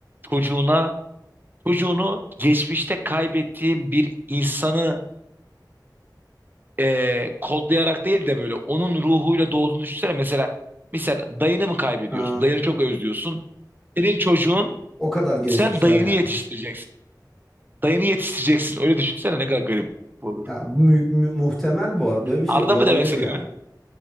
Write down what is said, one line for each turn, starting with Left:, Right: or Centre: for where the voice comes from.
Right: Çocuğuna çocuğunu geçmişte kaybettiğim bir insanı eee, kodlayarak değil de böyle onun ruhuyla doğduğunu düşünsene. Mesela mesela dayını mı kaybediyorsun?
Centre: Ha,
Right: Dayını çok özlüyorsun. Senin çocuğun
Centre: o kadar gelişmişler
Right: sen dayını
Centre: yani.
Right: yetiştireceksin. Dayını yetiştireceksin. Öyle düşünsene ne kadar garip olur.
Centre: Ya mü- mü- muhtemel bu arada böyle bir şey
Right: Anladın
Centre: olabilir
Right: mı demek istediğimi?
Centre: yani.